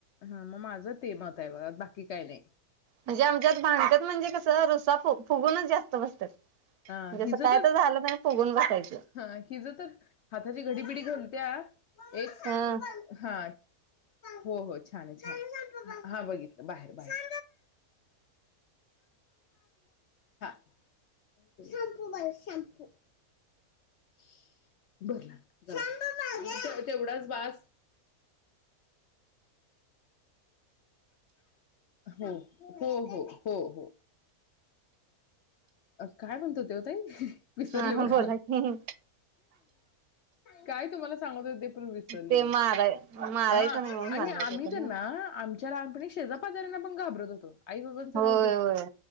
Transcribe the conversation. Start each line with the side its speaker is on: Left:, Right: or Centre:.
Left: हा मग माझं ते मत आहे ब बाकी काय नाही.
Right: म्हणजे आमच्यात बाधत्याात म्हणजे कसं रस्सा फुगूनच जास्त बसतात
Left: हा
Right: म्हणजे
Left: हिज
Right: असं काय
Left: तर
Right: झालं नाही फुगून बसायचं
Left: ह हिज तर हातात ती घडीबिडी घालत्या एक
Right: ह
Left: हा हो हो छान छान ये हो बघितलं बाहेर बाहेर <unintelligible> शाम्पू भर शाम्पू <unintelligible> बास तेवढाच बास हो हो हो हो हो काय म्हणतो तो ताई विसरले
Right: हा
Left: बघा
Right: बोला की
Left: काय तुम्हाला सांगत होते
Right: ते माराय मारायचं
Left: <unintelligible> हा
Right: नाही म्हणून सांगायचं
Left: आम्ही
Right: होतं
Left: तर ना आमच्या <unintelligible> शेजापाजऱ्यांना पण घाबरत होतो आई बाबांच राहू
Right: होय
Left: दे
Right: होय